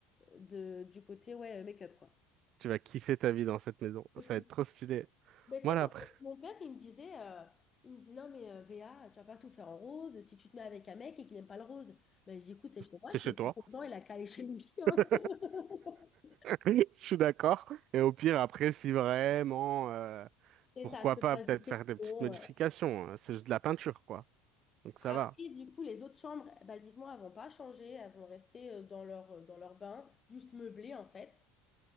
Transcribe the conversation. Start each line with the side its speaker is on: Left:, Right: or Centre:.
Left: de, du côté ouais, euh, make-up quoi.
Right: Tu vas kiffer ta vie dans cette maison.
Left: De
Right: Ça
Left: fou.
Right: va être trop stylé.
Left: Mais tu
Right: Moi,
Left: sais
Right: là,
Left: qu'en
Right: après,
Left: plus, mon père, il me disait, euh, il me disait, non, mais euh, Béa, tu vas pas tout faire en rose si tu te mets avec un mec et qu'il n'aime pas le rose. Ben, je dis, écoute, c'est chez moi,
Right: c'est
Left: s'il
Right: chez
Left: est pas
Right: toi.
Left: content, il a qu'à aller chez lui. hein.
Right: <laughs>
Left: <laughs>
Right: Je suis d'accord. Et au pire, après, si vraiment, euh,
Left: C'est
Right: Pourquoi
Left: ça, je peux
Right: pas
Left: faire
Right: peut-être
Left: des exceptions.
Right: faire des petites modifications.
Left: euh.
Right: hein. C'est juste de la peinture, quoi. Donc ça
Left: Après,
Right: va.
Left: du coup, les autres chambres, basiquement, elles vont pas changer, elles vont rester euh, dans leur, euh, dans leur bain, juste meublées, en fait.